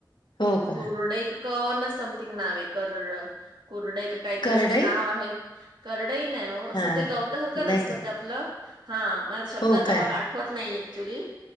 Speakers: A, on the left; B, on the right.
A: हो का
B: कुरडई क वरण च समथिंग नाव आहे - कर -कुरडई -- काहीतरी
A: करडई
B: असंच नाव आहे करडई नाही हो असं
A: हा
B: ते गवतसारखं
A: नाही
B: असतं
A: का
B: आपलं हा म आता शब्दात
A: हो काय
B: मला आठवत नाहीयाय ऍक्च्युली